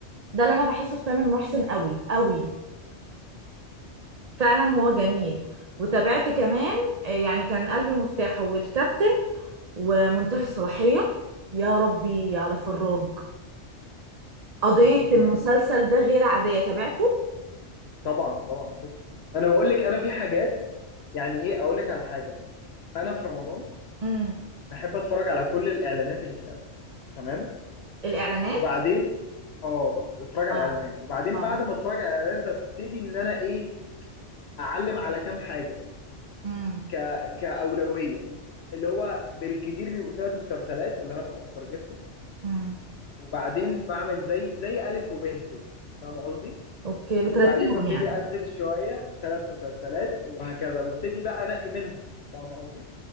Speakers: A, on the right; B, on the left.
A: ده اللي انا بحسه في تامر محسن قوي قوي فعلا هو جميل وتابعت كمان آه، يعني كان قلبي مفتاحه والكابتن ومنتهي الصلاحية يا ربي على فراج قضية
B: كان خطير
A: المسلسل
B: ها؟
A: ده غير عادية تابعته
B: طبعا طبعا شوف ما انا بقول لك انا في حاجات يعني ايه اقول لك على حاجة انا في رمضان
A: امم
B: بحب اتفرج على كل الاعلانات اللي في الاول تمام
A: الإعلانات
B: وبعدين اه بتفرج على
A: اه
B: الاعلانات وبعدين
A: اه
B: بعد ما اتفرج على الاعلانات ببتدي ان انا ايه اعلم على كام حاجة
A: امم
B: ك كأولوية اللي هو بالكتير بيبقوا ثلاث مسلسلات اللي انا ببقى مترجتهم
A: امم
B: وبعدين بعمل زي زي ألف وب كده فاهم قصدي
A: اوكي بترتبهم
B: وبعدين ببتدي
A: يعني
B: انزل شوية ثلاث مسلسلات وهكذا ببتدي بقى انقي منهم فاهم قصدي